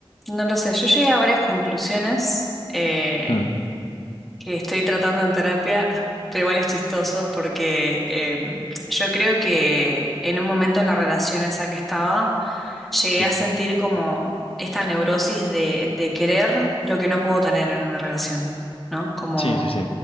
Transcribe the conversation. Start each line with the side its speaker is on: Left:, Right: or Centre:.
Centre: No lo sé. Yo llegué a varias conclusiones. eh,
Left: Mm,
Centre: que estoy tratando en terapia, pero igual es chistoso porque eh, yo creo que en un momento en la relación esa que estaba, llegué
Left: Sí,
Centre: a sentir como esta neurosis de, de querer lo que no puedo tener en una relación, ¿no? Como,
Left: sí, sí, sí.